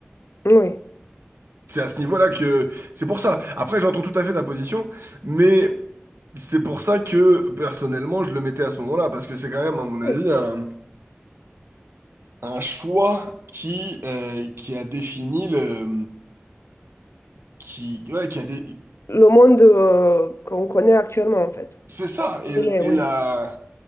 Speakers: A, on the left; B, on the right.
A: Oui.
B: C'est à ce niveau-là que c'est pour ça. Après, j'entends tout à fait ta position, mais c'est pour ça que personnellement, je le mettais à ce moment-là parce que c'est quand même, à mon
A: Oui.
B: avis, un, un choix qui euh, qui a défini le qui ouais, qui a dé-
A: Le monde euh, qu'on connaît actuellement, en fait.
B: c'est ça et,
A: Il est,
B: et
A: oui.
B: la